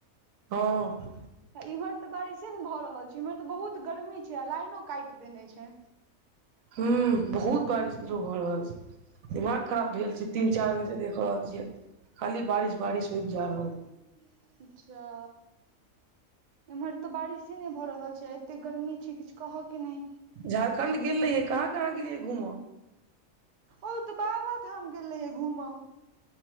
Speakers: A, on the right; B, on the right.
A: हँ
B: इम्हर तऽ बारिशे ने भऽ रहल छै इम्हर तऽ बहुत गर्मी छै आ लाइनो काटि देने छै
A: हु बहुत बारिश बुझियो भऽ रहल छै दिमाग खराब भेल छै तीन चार दिन से देख रहल छियै खाली बारिश बारिश होइत जा रहल
B: <unintelligible> जा एम्हर तऽ बारिशे नै भऽ रहल छै एते गर्मी छै किछ कह केँ नै
A: झारखण्ड गेल रहियै कहाँ कहाँ गेलियै घूम
B: ओ तऽ बाबाधाम गेल रहियै घूम